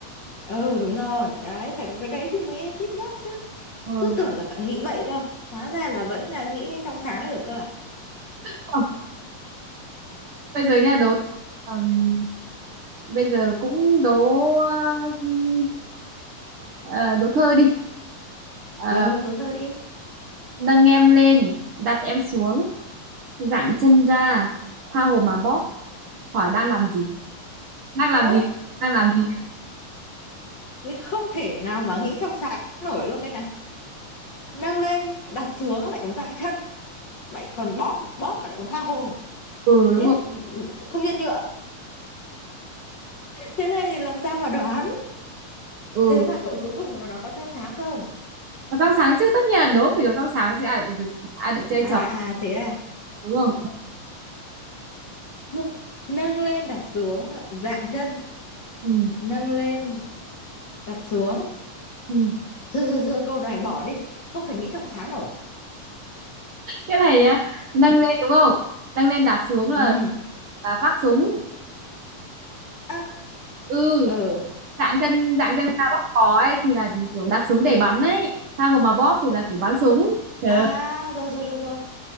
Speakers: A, on the left; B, on the right.
A: ừ đúng rồi đấy phải có cái đấy thì mới tít nhất chứ
B: ừ.
A: cứ tưởng là phải nghĩ bậy cơ hóa ra là vẫn là nghĩ trong sáng được cơ à
B: Ờ, bây giờ nha đố ừm, bây giờ cũng đố à, ừm, à, đố thơ đi Ờ,
A: ừ đố thơ đi
B: Nâng em lên, đặt em xuống, dạng chân ra, tha hồ mà bóp, hỏi đang làm gì? Đang làm
A: ôi
B: gì?
A: <laughs>
B: Đang làm gì nhá?
A: Đấy không thể nào mà nghĩ trong sáng nổi luôn đây này nâng lên đặt xuống lại còn dại chân lại còn bóp bóp mà lại còn tha hồ
B: Ừ đúng
A: thế
B: rồi.
A: không nhân nhượng thế này thì làm sao mà đoán
B: Ừ,
A: thế là cu- cuối cùng của nó có trong sáng không
B: đồ trong sáng chứ, tất nhiên là đố phải đồ trong sáng chứ ai lại được ai lại chơi
A: à
B: trò
A: à thế à
B: đúng không?
A: <laughs> nâng lên đặt xuống dạn chân
B: Ừ.
A: nâng lên đặt xuống
B: Ừ.
A: Thôi, thôi, thôi, câu này bỏ đi, không thể nghĩ trong sáng nổi.
B: Cái này nhá, nâng lên đúng không? Nâng lên đặt xuống là
A: Ừ,
B: là vác súng.
A: à,
B: Ừ,
A: ờ,
B: dạng chân dạng chân ra bóp cò ấy thì là kiểu đặt súng để bắn ấy. Tha hồ mà bóp thì là kiểu bắn súng. Trời
A: à,
B: ơi,
A: rồi, rồi, rồi, rồi.